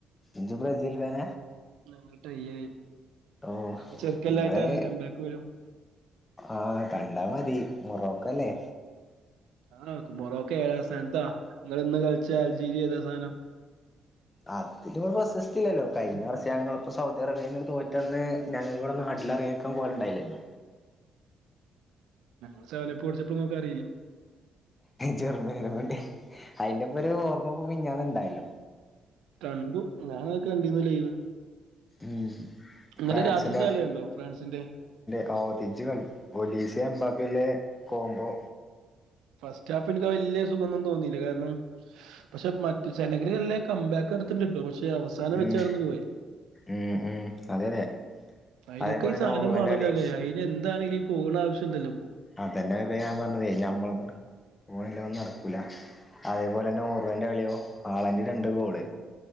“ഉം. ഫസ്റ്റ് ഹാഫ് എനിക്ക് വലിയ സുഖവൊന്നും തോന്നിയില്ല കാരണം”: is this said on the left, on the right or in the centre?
Right